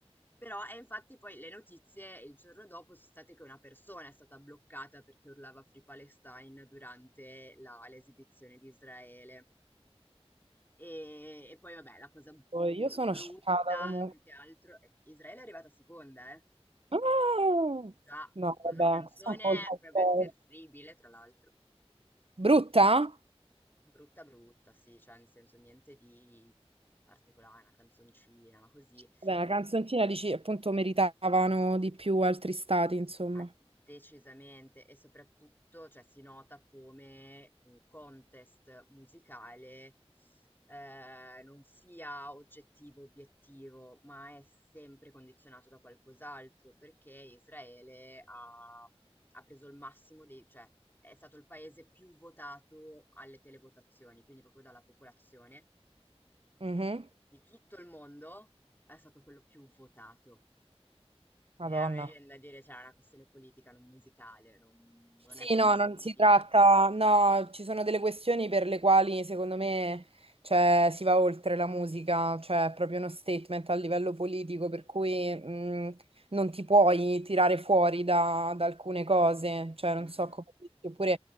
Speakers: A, on the left; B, on the right.
A: Però, e infatti poi le notizie il giorno dopo sono state che una persona è stata bloccata perché urlava Free Palestine durante la- l'esibizione di Israele. E, e poi, vabbè, la cosa
B: Poi
A: br-
B: Io sono
A: brutta
B: scioccata comunque.
A: più che altro, è che Israele è arrivata seconda, eh.
B: Ah!
A: Già,
B: No,
A: con una
B: vabbè,
A: canzone
B: questa è un po' il colpo.
A: proprio terribile, tra l'altro.
B: Brutta?
A: Brutta brutta, sì, cioè nel senso niente di particolare, una canzoncina, così.
B: Vabbè, la canzoncina dici, appunto, meritavano di più altri stati, insomma.
A: Ma decisamente e soprattutto, cioè, si nota come un contest musicale eh, non sia oggettivo, obiettivo, ma è sempre condizionato da qualcos'altro, perché Israele ha, ha preso il massimo dei, cioè, è stato il paese più votato alle televotazioni, quindi proprio dalla popolazione
B: Mhm.
A: di tutto il mondo è stato quello più votato.
B: Madonna.
A: E a me viene da dire, c'è una questione politica, non musicale, non, non
B: Sì,
A: è possibile.
B: no, non si tratta, no, ci sono delle questioni per le quali secondo me, cioè, si va oltre la musica, cioè è proprio uno statement a livello politico, per cui mh, non ti puoi tirare fuori da, da alcune cose, cioè non
A: Mm-mm.
B: so come dirti. oppure